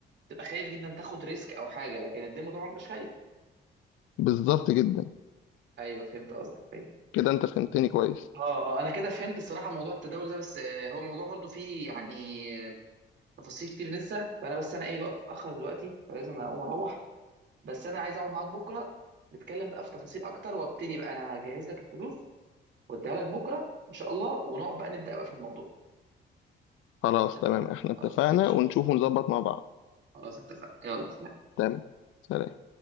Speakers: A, on the right; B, on the left.
A: تبقى خايف جدا تاخد ريسك او حاجه لكن الديمو طبعا مش خايف
B: بالظبط جدا
A: ايوه فهمت قصدك ايوه
B: كده انت فهمتني كويس
A: اه اه انا كده فهمت الصراحه موضوع التداول ده بس آه، هو موضوع برضو فيه يعني آه، تفاصيل كتير لسه فانا بس انا ايه الوقت اتاخر دلوقتي فلازم اقوم اروح بس انا عايز اقعد معاك بكره نتكلم بقى في تفاصيل اكتر وابتدي بقى انا هجهز لك الفلوس واديها لك بكره ان شاء الله ونقعد بقى نبدا بقى في الموضوع
B: خلاص
A: اتفقنا
B: تمام احنا اتفقنا
A: خلاص ماشي
B: ونشوف ونظبط مع بعض
A: خلاص اتفقنا يلا سلام
B: تمام سلام